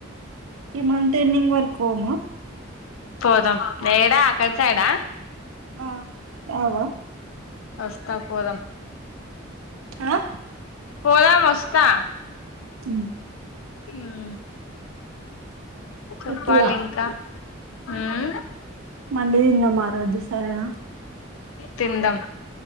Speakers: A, on the right; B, on the left.
A: ఈ మంత్ ఎండింగ్ వరకు పోమా
B: పోదాం ఏడా అక్కడ సైడా
A: ఆ రావా
B: వస్తా పోదాం
A: ఆ
B: పోదాం వస్తా
A: ఉమ్.
B: ఉమ్. ఒక
A: చెప్పిగా
B: పాల ఇంకా. ఉమ్.
A: మండితిందం ఆరోజు సరేనా.
B: తిందాం.